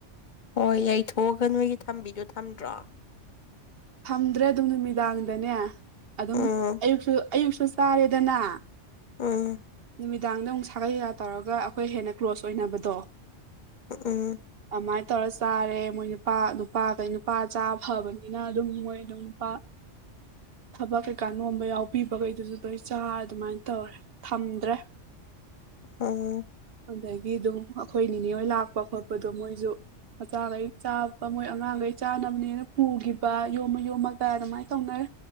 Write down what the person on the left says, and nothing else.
ꯍꯣꯏ ꯌꯩꯊꯣꯛꯑꯒ ꯅꯣꯏꯒꯤ ꯊꯝꯕꯤꯗꯨꯣ ꯊꯝꯗ꯭ꯔꯣ
ꯎꯝ
ꯎꯝ
ꯑ
ꯎꯝ